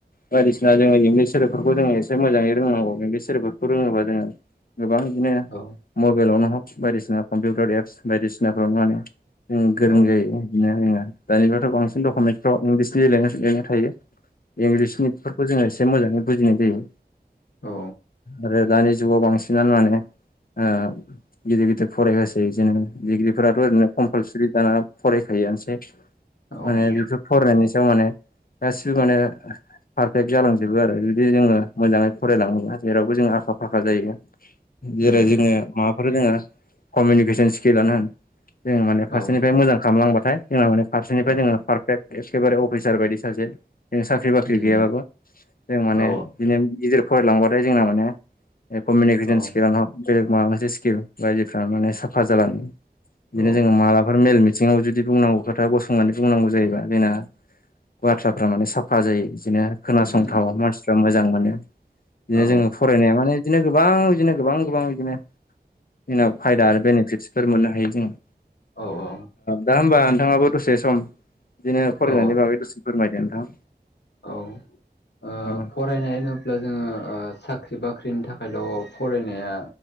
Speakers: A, on the left; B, on the left.
A: बायदिसिना जोङो इंलिस सोेदोबफोरखौ जोङो एसे मोजाङै रोंनांगौ इंलिस सोदोबफोरखौ रोङोबा जोङो गोबां बिदिनो
B: औ
A: मबाइलावनो हक बायदिसिना कम्पिउटार एप्स बायदिसिनाफ्रावनो माने उम गोरों
B: औ
A: जायो बिनोङा दानिफ्रायथ' बांसिन डकुमेन्सफ्राव इंलिसनि बिदिनो थायो इंलिसनिफोरखौ जोङो एसे मोजाङै बुजिनाय जायो।
B: औ
A: आरो दानि जुगाव बांसिनानो माने ओ गिदिर गिदिर फरायगसै बिदिनो डिग्रिफोराथ' ओरैनो कमपालसि दाना फरायखायोआनोसै।
B: औ
A: माने
B: औ
A: बेफोर फरायनायनि सायाव माने गासिबो माने पारफेक्ट जालांजोबो आरो जुदि जोङो मोजाङै फरायलाङोबा जेरावबो जों आखा फाखा जायो। जेरै
B: उम
A: जोङो
B: उम
A: माबाफोर जोङो कमिउनिकेसन स्किलानो होन। जों मान फारसेनिफ्राय
B: औ
A: मोजां खालामलांबथाय जोंहा माने फारसेनिफ्राय
B: औ
A: जोङोारफेक्ट एखेबारे अफिसार बायदि जों साख्रि बाख्रि
B: उम
A: गैयाबाबो जों माने
B: औ
A: बिदिनो फरायलांबाथाय जोंना माने कमिउनिकेसन
B: औ
A: स्किलानो बेलेग माबा मोनसे स्किल बायदिफ्रा माने साफा जालाङो बिदिनो
B: औ
A: जोङो मालाफोर मेल मिथिं सिङाव जुदि बुंनांगौ खोथा गसंनानै बुंनांगौ जायोबा जोंना बाथ्राफ्रा माने साफा जायो बिदिनो खोनासंथाव
B: उम उम
A: मानसिफ्रा मोजां मोनो बिदिनो
B: औ
A: जोङो फ फरायनाया माने बिदिनो गोबां बिदिनो गोबां गोबां बिदिनो जोंनाव फायदा आरो बेनिफिट्स फोर मोननो हायो जोङो
B: औ औ
A: दा होमबा नोंथाङाबो दसे सम बिदिनो फरायनायनि
B: औ
A: बागै दसे फोरमायदो नोंथां।
B: औ ओ
A: अ
B: फरायनाय होनोब्ला जोङो ओ साख्रि बाख्रिनि थाखायल' फरायनाया